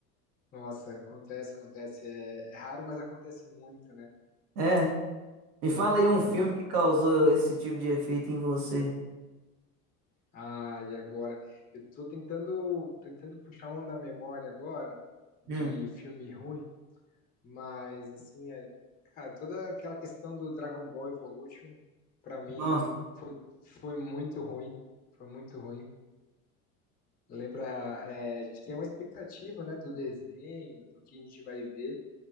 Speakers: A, on the left; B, on the right.
A: Nossa, acontece, acontece. É, é raro, mas acontece muito, né?
B: É. Me fala aí um
A: A
B: filme
A: gente...
B: que causou esse tipo de efeito em você.
A: Ah, e agora? Eu tô tentando, tentando puxar um da memória agora de
B: Hum.
A: filme ruim, mas assim, é... cara, toda aquela questão do Dragon Ball Evolution, pra mim,
B: Nossa.
A: foi, foi muito ruim. Foi muito ruim. Lembra, é, a gente tem uma expectativa, né, do desenho, do que a gente vai ver,